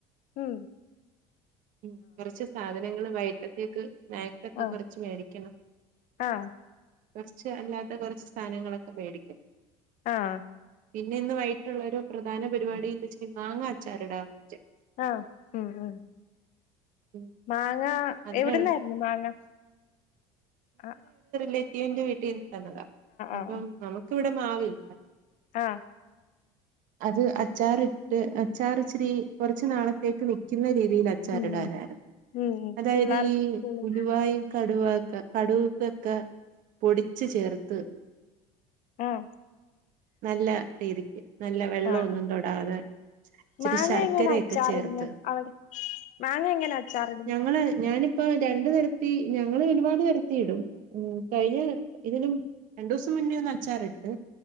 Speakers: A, on the left (about 55°); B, on the right (about 60°).
A: മ്
B: മ് കൊറച്ച് സാധനങ്ങള് വയിട്ടത്തേക്ക് സ്‌നാക്സൊക്കെ
A: ആഹ്
B: കൊറച്ച് മേടിക്കണം.
A: ആഹ്
B: കുറച്ച് അല്ലാത്ത കുറച്ച് സാധനങ്ങളൊക്കെ മേടിക്കണം
A: ആഹ്
B: പിന്നെ ഇന്നുവയ്യിട്ടുള്ള ഒരു പ്രധാന പരിപാടി എന്ന്‌ വെച്ച മാങ്ങാച്ചാർടാന്ന്‌
A: ആഹ് ഉം ഉം
B: ഉം
A: മാങ്ങ
B: അതിനുള്ള
A: എവിടുന്നായിരുന്നു മാങ്ങ ആ
B: ത്തിന്റെ വീട്ടിൽ <unintelligible> തന്നതാ അപ്പം
A: ആഹ്
B: നമുക്ക് മ്മക്ക് ഇവിടമാവില്ല
A: ആഹ്
B: അത് അച്ചാറിട്ട് അച്ചാർച്ചിരി കുറച്ചു നാളത്തേക്ക് നിക്കുന്ന രീതി യില് അച്ചാറിടാനായിരുന്നു
A: ഉം ഉം ഉം ഉം
B: അതായത്
A: പിള്ളേർക്ക്
B: ഈ
A: സ്കൂള്
B: ഉലുവായും കടുവാ ക കടുവുകൊക്കെ പൊടിച്ചു ചേർത്ത്
A: ആഹ്
B: നല്ല രീതിക്ക് നല്ല വെള്ളമൊന്നും
A: ആ ആ
B: തൊടാതെ ഇച്ചിരി
A: മാങ്ങ
B: ശർക്കരയൊക്കെ
A: എങ്ങനെ അച്ചാറിടന്നെ
B: ചേർത്ത്
A: അവിടെ മാങ്ങ എങ്ങനെ അച്ചാറ്
B: ഞങ്ങള് ഞാനിപ് ഇപ്പ രണ്ട് തരത്തി ഞങ്ങൾ ഒരുപാട് തരത്തി ഇടും ഉം കഴിഞാർ ഇതിനും രണ്ടു ദിവസം മുന്നേ ഒന്ന് അച്ചാറിട്ട്